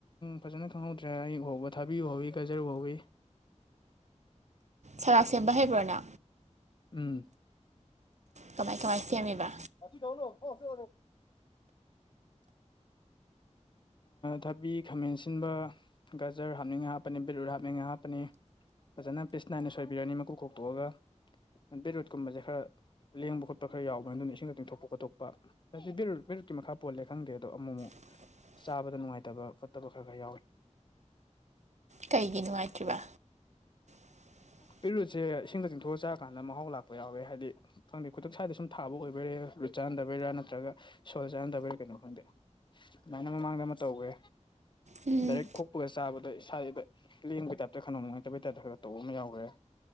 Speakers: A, on the left; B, on the right.
A: ꯐꯖꯅ ꯈꯪꯍꯧꯗ꯭ꯔꯦ ꯑꯌꯨ ꯍꯧꯕ ꯊꯥꯕꯤꯕ ꯍꯧꯋꯤ ꯀꯥꯏꯖꯔꯨ ꯍꯧꯏꯤ
B: ꯁꯔꯥꯛ ꯁꯦꯝꯕ ꯍꯩꯕ꯭ꯔꯥꯅ
A: ꯎꯝ
B: ꯀꯃꯥꯏ ꯀꯃꯥꯏ ꯁꯦꯝꯃꯤꯕ
A: ꯊꯧꯅꯣ ꯐꯦ ꯊꯕꯤ ꯈꯥꯃꯦꯟ ꯁꯤꯟꯕ ꯒꯖꯔ ꯍꯥꯞꯅꯤꯡꯉ ꯍꯥꯞꯄꯅꯤ ꯕꯦꯠꯔꯋꯨꯠ ꯍꯥꯞꯅꯤꯡꯉꯥꯏ ꯍꯥꯞꯄꯅꯤ ꯐꯖꯅ ꯄꯤꯁ ꯅꯥꯏꯅ ꯁꯣꯏꯕꯤꯔꯅꯤ ꯃꯀꯨ ꯀꯣꯛꯇꯣꯛꯑꯒ ꯕꯤꯠꯔꯨꯠꯀꯨꯝꯕꯁꯦ ꯈꯔ ꯂꯦꯡꯕ ꯈꯣꯠꯄ ꯈꯔ ꯌꯥꯎꯕꯅꯤ ꯑꯗꯨꯅ ꯏꯁꯤꯡꯗꯛꯇ ꯇꯤꯡꯊꯣꯛꯄ ꯈꯣꯠꯇꯣꯛꯄ ꯍꯥꯏꯗꯤ ꯕꯤꯦꯔꯨꯠ ꯕꯤꯔꯨꯠꯀꯤ ꯃꯈꯥꯣꯜꯂꯦ ꯈꯪꯗꯦ ꯑꯣ ꯑꯃꯨꯛ ꯑꯃꯨꯛ
B: <inaudible>
A: ꯆꯥꯕꯗ ꯅꯨꯡꯉꯥꯏꯇꯕ ꯈꯣꯠꯇꯕ ꯈꯔ ꯈꯔ ꯌꯥꯎꯋꯤ
B: ꯀꯩꯒꯤ ꯅꯨꯡꯉꯥꯏ꯭ꯔꯤꯕ <inaudible>
A: ꯕꯤꯠꯔꯨꯠꯁꯦ ꯏꯁꯤꯡꯗ ꯇ ꯆꯤꯡꯊꯣꯛꯑ ꯆꯥꯔ ꯀꯥꯟꯗ ꯃꯍꯥꯎ ꯂꯥꯛꯄ ꯌꯥꯎꯋꯦ ꯍꯥꯏꯗꯤ ꯈꯪꯗꯦ ꯈꯨꯗ ꯁ꯭ꯋꯥꯏꯗ ꯁꯨꯝ ꯊꯥꯕ ꯑꯣꯏꯕꯔꯦꯦ ꯆꯥꯅꯗꯕꯩꯔꯥ ꯅꯠꯇ꯭ꯔꯒ ꯁꯣꯜ ꯆꯥꯅꯗꯕꯩꯔꯥ ꯀꯩꯅꯣ ꯈꯪꯗꯦ ꯑꯗꯨꯃꯥꯏꯅ ꯃꯃꯥꯡꯗ ꯑꯃ ꯇꯧꯈꯦ
B: ꯎꯝ
A: ꯗꯥꯏꯔꯦꯛ ꯈꯣꯛꯄꯒ ꯆꯥꯕꯗꯣ ꯑꯗ ꯏꯁꯥꯁꯤꯗ ꯂꯦꯡꯕꯩ ꯇꯥꯏꯞꯇ ꯈꯧ ꯅꯨꯡꯉꯥꯏꯇꯕꯩ ꯇꯥꯏꯞꯇ ꯈꯔ ꯇꯧꯕ ꯑꯃ ꯌꯥꯎꯈ꯭ꯔꯦ